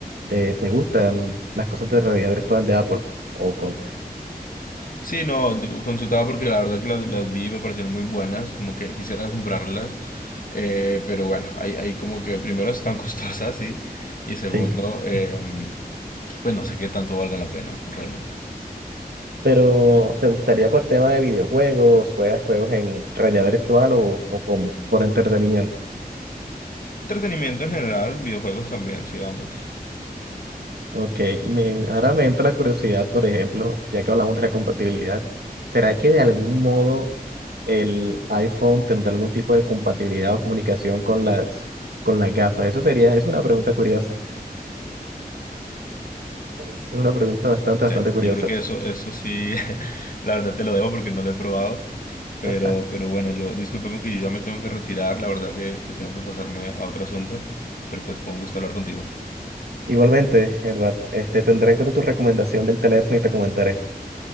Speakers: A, on the right (about 85°); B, on the left (about 60°).
A: ¿Te, te gustan las cosas de realidad virtual de Apple? O con...
B: Sí, no, te consultaba porque la verdad que las, las vi y me parecieron muy buenas, como que quisiera comprarlas, eh, pero bueno, hay, hay como que primero están <laughs> costosas, sí, y segundo,
A: Sí.
B: eh, pues no sé qué tanto valga la pena realmente.
A: Pero, ¿te gustaría por tema de videojuegos? ¿Juegas juegos en realidad virtual o, o como, por entretenimiento?
B: Entretenimiento en general, videojuegos también, sí, ambos.
A: Ok, me, ahora me entra la curiosidad, por ejemplo, ya que hablamos de la compatibilidad, ¿será que de algún modo el iPhone tendrá algún tipo de compatibilidad o comunicación con las, con las gafas? Eso sería, es una pregunta curiosa. Es una pregunta bastante, bastante
B: Sí,
A: curiosa.
B: yo creo que eso, eso sí, <laughs> la verdad te lo debo porque no lo he probado, pero,
A: <laughs>
B: pero bueno, yo, discúlpame que yo ya me tengo que retirar, la verdad que, que tengo que pasarme a otro asunto, pero pues fue un gusto hablar contigo.
A: Igualmente, Edward, este, tendré en cuenta tu recomendación del teléfono y te comentaré.